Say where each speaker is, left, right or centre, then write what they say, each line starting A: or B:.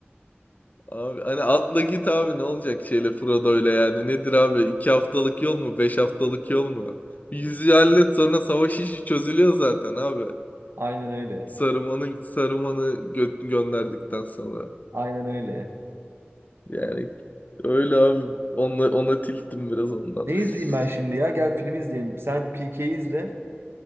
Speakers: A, on the left (about 40°); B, on the right (about 70°).
A: Abi hani atla git abi ne olacak şeyle Frodo'yla yani nedir abi iki haftalık yol mu beş haftalık yol mu? Bir Yüzüğü hallet sonra savaş işi çözülüyor zaten abi.
B: <laughs> Aynen öyle.
A: Saruman'ı Saruman'ı gö- gönderdikten sonra.
B: Aynen öyle.
A: Yani öyle abi ona, ona tilttim biraz ondan.
B: Ne izleyeyim
A: <laughs>
B: ben şimdi ya? Gel film izleyelim. Sen P PK'yi izle.